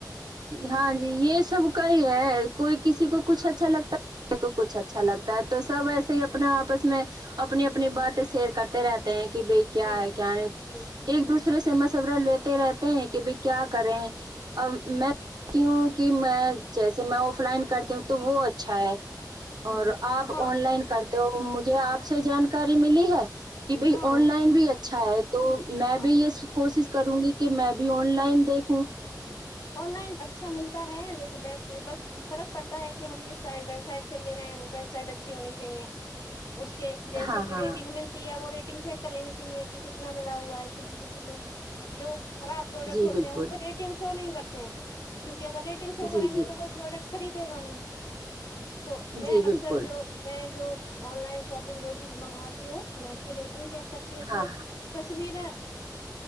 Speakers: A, on the right; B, on the left.
A: ہاں جی یہ سب کائی ہے کوئی کسی کو کچھ اچھا لگتا ہے ک کو کچھ اچھا لگتا تو سب ایسے ہی اپنا آپس میں اپنی اپنی باتیں سیر کرتے رہتا کہ بھائی کیا
B: جی
A: ہے کیا نہیں
B: جی
A: ایک دوسرے سے مشورہ لیتے رہتے ہیں کہ بھ کیا کریں ا میںتی ہوں کہ میں جیسے میں آف لائن کرتی ہوں تو وہ اچھا ہے اور
B: جی
A: آپ
B: ہاں
A: آن لائن کرتے تو مجھے آپ سے جانکاری ملی ہے کہ بھائی
B: ہاں
A: آن لائن بھی اچھا ہے تو میں
B: ہاں
A: بھی یہ کوشش کروں گی کہ میں بھی آن لائن دیکھوں
B: اچ آن لائن اچھا ملتا ہے لیکن ویب بس فرق پڑتا ہے کہ ہم جس سائ ویب سائٹ سے ل رہ ہیں وہ ویب سائٹ اچھی ہونی چاہیے اس کے جیسے
A: ہاں
B: کہ
A: ہاں
B: ریٹنگ ملتی ہے وہ ریٹن چیک کر لینی چاہے کہ کتنا ملا ہوا ہے کسی کسی میں جو خراب پروڈکٹ
A: جی
B: ہوتا
A: بالکل
B: پہ ریٹنگ شو نہیں کرتے ہیں کیونکہ اگر ریٹنگ شو کریں
A: جی
B: گے
A: جی
B: تو کوئی پروڈکٹ خریدے گا نہیں تو میں
A: جی
B: اکثر
A: بالکل
B: جو میں جو آن لائن شاپنگ جو بھی منگواتی ہوں میں اس کی ریٹنگ چیک کر کے
A: ہاں
B: جو تصویریں